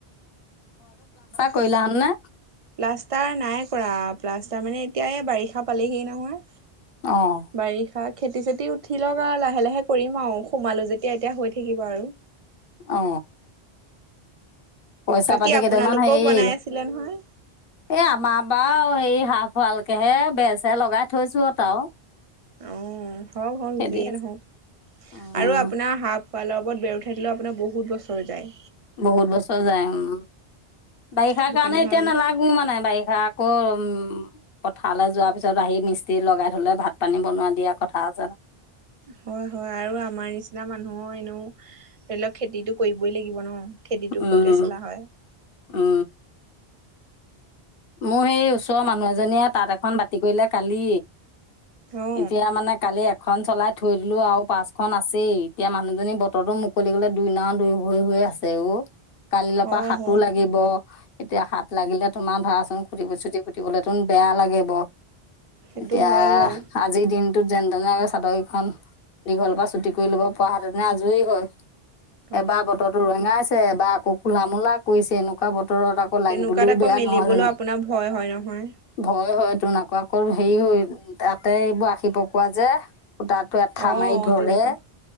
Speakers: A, on the right; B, on the left.
A: <unintelligible>
B: কৰিলা হেন নে?
A: প্লাষ্টাৰ নাই কৰা প্লাষ্টাৰ মানে এতিয়া বাৰিষা পালেহি নহয়
B: অ',
A: বাৰিষাত খেতি চেতি উঠি লওক আৰু লাহে লাহে কৰিম আৰু সোমালো যেতিয়া এতিয়া হৈ থাকিব আৰু
B: অ পইচা
A: বাকী
B: পাতি
A: আপোনালোকেও
B: কেইটামান হেৰি
A: বনাই আছিলে নহয়
B: এ আমাৰ বাৰ এই হাফ ৱালকেহে বেৰ সেৰ লগাই থৈছো আৰু
A: অ হওক হওক
B: সেইদি
A: যিয়েই
B: আছে।
A: নহওক
B: উম,
A: আৰু আপোনাৰ হফ ৱালৰ ওপৰত বেৰ উঠাই দিলেও আপোনাৰ বহুত বছৰ যায়
B: বহুত বছৰ যায় উম বাৰিষাৰ
A: সেইটো
B: কাৰণে এতিয়া
A: ভাল
B: নালাগো মানে বাৰিষা আকৌ উম পথাৰলৈ যোৱাৰ পিছত আহি মিস্ত্ৰী লগাই থলে ভাত পানী বনোৱা দিয়া কথা জানো
A: হয় হয় আৰু আমাৰ নিচিনা মানুহৰ এনেও ধৰি লওক খেতিটো কৰিবই লাগিব ন। খেতিটোৰ ওপৰতে
B: উম
A: চলা হয়
B: উ। মোৰ সেই ওচৰৰ মানুহ এজনীয়ে তাঁত এখন বাতি কৰিলে কালি।
A: অ
B: এতিয়া মানে কালি। খন চলাই থৈ দিলো আৰু পাচখন আছেই এতিয়া মানুহজনী বতৰটো মুকলি গলে দুই নও দুই হৈ হৈ আছে ও। কালিলৰ
A: হয়
B: পৰা সাতো
A: হয়
B: লাগিব। এতিয়া হাত লাগিলে তোমাৰ ধৰা ত খুটি চুটি পুতিবলে তন বেয়া লাগে ব।
A: সেইটো
B: এতিয়া
A: হয় বাৰু
B: আজিৰ দিন ত যেন তেনে চাদৰকখনন দীঘলৰ পৰা ছুটি কৰি ল'ব পৰা হতেনে আজৰিয়ে হয়।
A: অ
B: এবাৰ বতৰটো ৰঙা আছে। ছে বা আকৌ কোলা মোলা কৰিছে এনেকুৱা ব্ত তৰত আকৌ
A: তেনেকুৱাত
B: লাগিবলেও
A: আকৌ
B: বেয়া
A: মেলিবলৈও
B: নহয় জানো।
A: আপোনাৰ ভয় হয় নহয়
B: ভয় হয়তোন আকৌ হেৰি তাতে এইবোৰ আশী পকোৱা যে সূতাটো এঠা
A: অ
B: মাৰি ধৰে
A: তেনেকুৱা